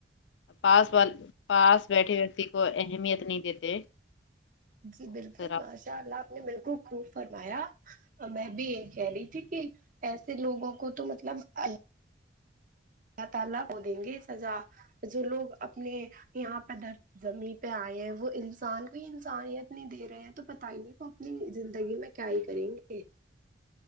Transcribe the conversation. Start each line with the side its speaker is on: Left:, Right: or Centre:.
Left: پاس والے پاس بیٹھے وکتی کو اہمیت نہیں دیتے اور
Right: جی بالکل
Left: پھر
Right: ماشاء
Left: آپ
Right: اللہ آپ نے بالکل خوب فرمایا میں بھی یہ کہہ رہی تھی کہ ایسے لوگوں کو تو مطلب ال اللہ تعالی وہ دیں گے سزا جو لوگ اپنے یہاں پہ در زمین پہ آئے ہیں وہ انسان کو ہی انسانیت نہیں دے رہے ہیں تو پتا ہی نہیں اپنی زندگی میں کیا ہی کریں گے